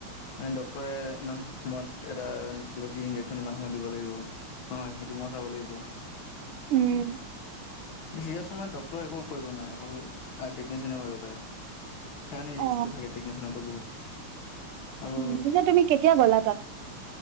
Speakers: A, on the left; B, on the right.
A: মানে ডক্টৰে ইমান সময়ত এটা লিখি দিব কি ইনজেকচন ইমান সময় দিব লাগিব হয় সেইটো মই চাব লাগিব।
B: উম
A: চিৰিয়া সময়ত ডক্টৰে একো কৰিব নাই অকল কৰিব পাৰে সেইকাৰনে
B: অ
A: ৰিক্স টো থাকে টকনেচনৰ ওপৰত বহুত আৰু
B: উম পিছে তুমি কেতিয়া গ'লা তাত